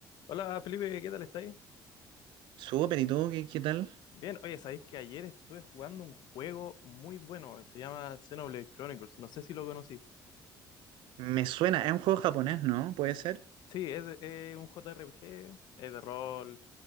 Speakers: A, on the left; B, on the right.
A: Hola Felipe, ¿qué tal estáis?
B: Súper, ¿y tú qué, qué tal?
A: Bien, oye, sabéis que ayer estuve jugando un juego muy bueno, se llama Xenoblade Chronicles, no sé si lo conocí.
B: Me suena, es un juego japonés, ¿no? Puede ser.
A: Sí, es, de- es un JRPG, es de rol